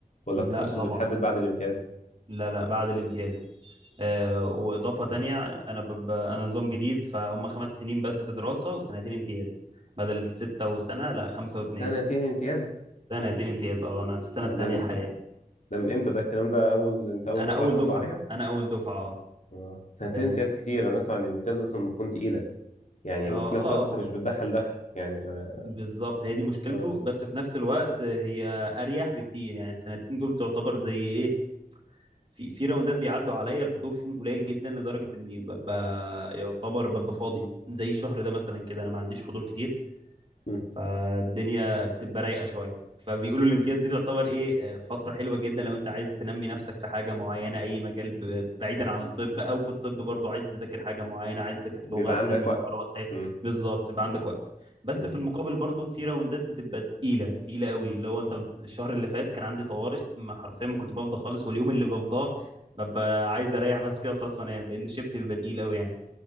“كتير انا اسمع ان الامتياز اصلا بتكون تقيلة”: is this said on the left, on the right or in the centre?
Left